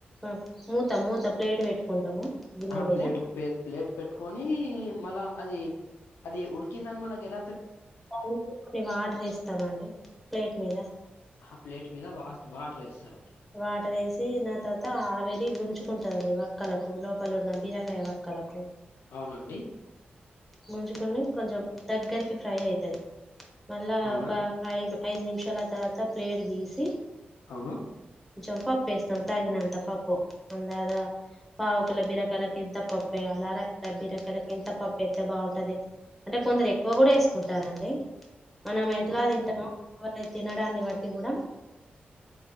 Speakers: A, in the centre; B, on the left.
A: ఆ, మూత మూత ప్లేట్ పెట్టుకుంటాము గిన్నె
B: ఆ
A: మీద
B: ప్లేట్ పే ప్లేట్ పెట్టుకొనీ మల్లా ఆది అది ఉడికిందని మనకెల
A: కొన్ని వాటర్ ఎస్తమ్ అండి ప్లేట్ మీద
B: ఆ ప్లేట్ మీద వా వాటర్ ఏస్తరు
A: వాటర్ ఏసి దాని తర్వాత ఆవిరి గుంజుకుంటదండి వక్కలకు లోపలున్న బీరకాయ వక్కలకు
B: అవునండి
A: గుంజుకుని కొంచెం దగ్గరికి ఫ్రై అయితది మళ్ళా
B: అవునా
A: ఒక ఐద్ ఐదు నిమిషలు ల తర్వాత ప్లేట్ తీసి
B: అవును
A: చొప్ప పేస్ట్ తగినంత కప్పు అందాద పావు కిల బీరకాయలకి ఎంత పప్పేయాల ర సజీర కలిపి ఎంత పప్పెత్తే బాగుంటది అంటే కొందరు ఎక్కువ కూడా ఏసుకుంటారండి మనం ఎంతలా తింటామో అయి తినడాన్ని బట్టి గుడా